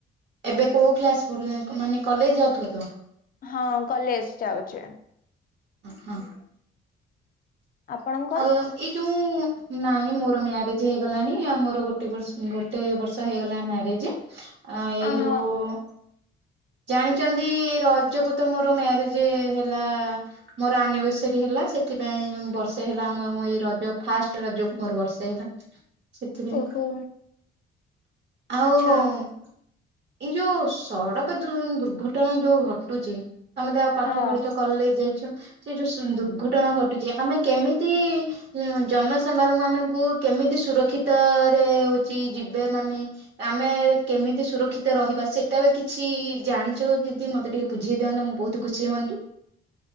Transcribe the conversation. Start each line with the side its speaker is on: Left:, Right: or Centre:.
Right: ଏବେ କୋଉ କ୍ଲାସ ପଢୁ ମାନେ କଲେଜ ଯାଉଥିବ ତ
Left: ହଁ କଲେଜ ଯାଉଛି।
Right: ହଁ।
Left: ଆପଣଙ୍କର?
Right: <unintelligible> ଏଇ ଯୋଉ ନାଇଁ ମୋର ମ୍ୟାରେଜ ହେଇଗଲାଣି ଆଉ ମୋର ଗୋଟେ ବର୍ଷ ଗୋ-ଗୋଟେ ବର୍ଷ ହେଇଗଲା ମ୍ୟାରେଜ। ଏଇ
Left: ଅହ
Right: ଯୋଉ ଜାଣିଛନ୍ତି ରଜକୁ ତ ମୋର ମ୍ୟାରେଜ ହେଲା। ମୋର ଆନିଭର୍ସରୀ ହେଲା ସେଥିପାଇଁ ବର୍ଷେ ହେଲା ଆମ ଏଇ ରଜ ଫାଷ୍ଟ ରଜକୁ ମୋର ବର୍ଷେ ହେଲା। ସେଥିପାଇଁ
Left: ଓହୋ।
Right: ଆଉ
Left: ଆଚ୍ଛା।
Right: ଏଇ ଯୋଉ ସଡକ ଯୋଉ ଦୁର୍ଘଟଣା ଯୋଉ ଘଟୁଛି ତମେ ତ ପାଠ
Left: ହଁ।
Right: ପଢିଛ କଲେଜ ଯାଇଛ ସେଇ ଯୋଉ ଦୁର୍ଘଟଣା ଘଟୁଛି ଆମେ କେମିତି ହଁ ଜନ ସେମ୍ବାର ମାନଙ୍କୁ କେମିତି ସୁରକ୍ଷିତ ରେ ହୋଉଛି ଯିବେ ମାନେ ଆମେ କେମିତି ସୁରକ୍ଷିତ ରହିବା ସେଟା ବେ କି ଛି ଜାଣିଛୁ କି ଦି ମୋତେ ଟିକେ ବୁଝେଇ ଦିଅନ୍ତ ମୁଁ ବୋହୁତ ଖୁସି ହୁଅନ୍ତି।